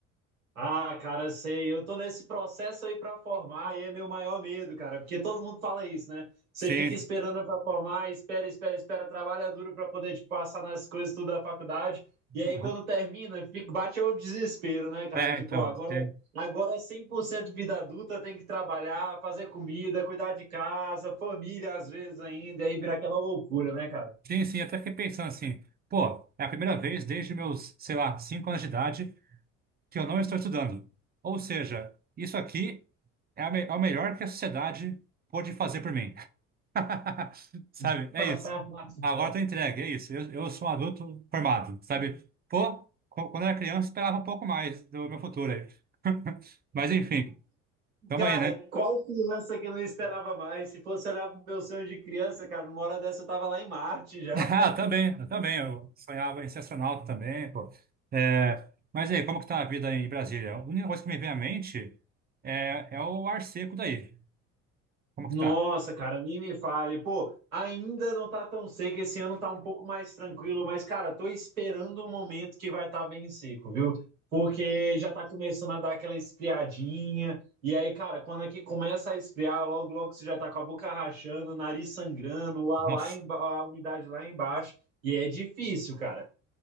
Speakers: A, on the right; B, on the right.
A: Ah, cara, sei, eu tô nesse processo aí pra formar e é meu maior medo, cara, porque todo mundo fala isso, né? Você
B: Sim.
A: fica esperando pra formar, espera, espera, espera, trabalha duro pra poder te passar nas coisas tudo da faculdade. E aí
B: Aham.
A: quando termina, fica, bate o desespero, né, cara?
B: É,
A: De,
B: então.
A: pô, agora
B: é.
A: agora é 100% vida adulta, tem que trabalhar, fazer comida, cuidar de casa, família às vezes ainda, e aí vira aquela loucura, né, cara?
B: Sim, sim, até fiquei pensando assim, pô, é a primeira vez desde meus, sei lá, cinco anos de idade que eu não estou estudando. Ou seja, isso aqui é, a me- é o melhor que a sociedade pôde fazer por mim. <laughs> Sabe?
A: <laughs>
B: É isso. Agora eu tô entregue, é isso. Eu, eu sou um adulto formado, sabe? Pô, qu- quando eu era criança, eu esperava um pouco mais do meu futuro aí. <laughs> Mas enfim, tamo
A: Cara,
B: aí, né? <laughs>
A: qual criança que não esperava mais? Se fosse olhar pro meu sonho de criança, cara, numa hora dessa eu tava lá em Marte já.
B: Ah, eu também, eu também. Eu sonhava em ser astronauta também, pô. É, mas aí, como que tá a vida em Brasília? A única coisa que me vem à mente é, é o ar seco daí. Como
A: Nossa,
B: que tá?
A: cara, nem me fale. Pô, ainda não tá tão seco, esse ano tá um pouco mais tranquilo, mas, cara, tô esperando um momento que vai estar tá bem seco, viu? Porque já tá começando a dar aquela esfriadinha. E aí, cara, quando aqui começa a esfriar, logo, logo você já tá com a boca rachando, o nariz sangrando, o ar
B: Nossa,
A: lá emba- a umidade lá embaixo. E é difícil, cara.